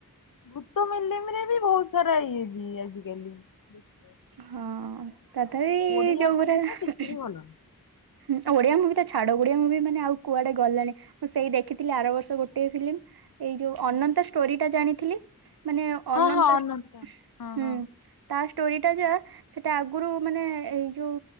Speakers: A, on the left; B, on the right.
A: ଭୂତ ମିଲିମରେ ବି ଭୋଉତ୍ ସାରା ଇଏ ବି ଆଜିକାଲି। ଦେଖିବ,
B: ହଁ ତଥାପି
A: ଆଉ ଓଡିଆ
B: ଯୋଉଗୁରା
A: ମୁଭି ତ କିଛି ବି ଭଲ ନୁହଁ।
B: ହୁଁ ଓଡିଆ ମୁଭି ତ ଛାଡ ଓଡିଆ ମୁଭି ମାନେ ଆଉ କୁଆଡେ ଗଲାଣି। ମୁଁ ସେଇ ଦେଖିଥିଲି ଆର ବର୍ଷ ଗୋଟିଏ ଫିଲ୍ମ ଏଇ ଯୋଉ
A: ନୁହଁ।
B: ଅନନ୍ତ ଷ୍ଟୋରି ଟା ଜାଣିଥିଲି। ମାନେ
A: ହଁ
B: ଅନନ୍ତ
A: ହଁ ଅନନ୍ତା ହଁ
B: ହୁଁ
A: ହଁ।
B: ତା ଷ୍ଟୋରି ଟା ଯା ସେଟା ଆଗୁରୁ ମାନେ ଏଇ ଯୋଉ